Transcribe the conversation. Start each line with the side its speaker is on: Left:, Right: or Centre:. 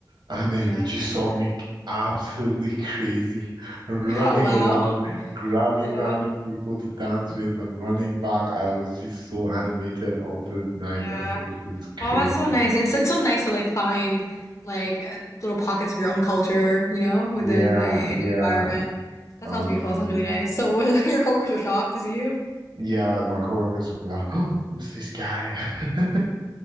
Right: And
Left: yeah.
Right: then they just saw me absolutely crazy, <laughs>
Left: <laughs>
Right: running
Left: Oh wow.
Right: around,
Left: <laughs>
Right: grabbing
Left: Yeah,
Right: random people to dance with and running back. I was just so animated all through the night,
Left: yeah.
Right: and it was just crazy.
Left: Oh, that's so nice. It's it's so nice to like find like uh, little pockets of your own culture, you know, within
Right: Yeah,
Left: a, a
Right: yeah,
Left: new environment. That
Right: honestly.
Left: sounds beautiful. That sounds really nice. So, <laughs> was your coworkers were shocked to see you?
Right: Yeah, my coworkers were like, <gasps> who's this guy? <laughs>